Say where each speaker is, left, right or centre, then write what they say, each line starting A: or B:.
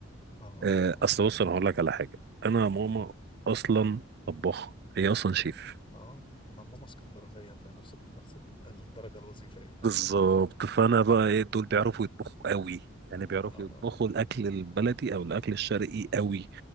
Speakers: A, on the left; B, on the right.
A: اه
B: آه، اصل بص انا هقول لك على حاجه انا ماما اصلا طباخه هي اصلا شيف
A: اه انا ماما اسكندرانية فنفس نفس ال- الدرجة الوظيفية
B: بالظبط فانا بقى ايه دول بيعرفوا يطبخوا قوي
A: <laughs>
B: يعني بيعرفوا
A: اه
B: يطبخوا الاكل البلدي او الاكل الشرقي قوي